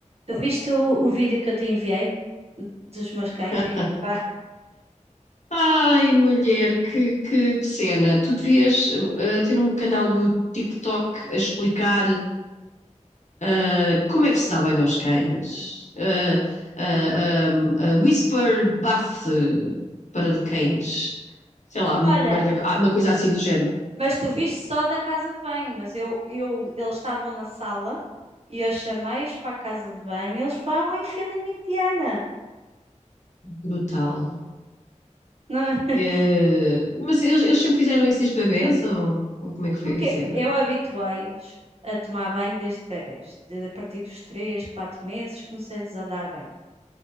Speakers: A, on the right; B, on the left.
A: Tu viste o, o vídeo que eu te enviei dos meus cães
B: <laughs>
A: aí? <laughs> Pá.
B: Ai, mulher, que, que, que cena. Tu devias eh, ter um canal do TikTok a explicar eh, como é que se dá banho aos cães. Eh, eh, um, eh, whisper bath eh, para de cães. Sei lá,
A: Olha,
B: merda, ah, uma coisa assim do género.
A: mas tu viste só da casa de banho, mas eu, eu eles estavam na sala e eu chamei-os para a casa de banho, eles vão em filinha indiana.
B: Brutal.
A: Não- <laughs>
B: Eh, mas eles, eles sempre fizeram isso desde bebés ou, ou como é que foi
A: porque
B: a cena?
A: eu habituei-os a tomar banho desde bebés, desde a partir dos 3, 4 meses, comecei-lhes a dar banho.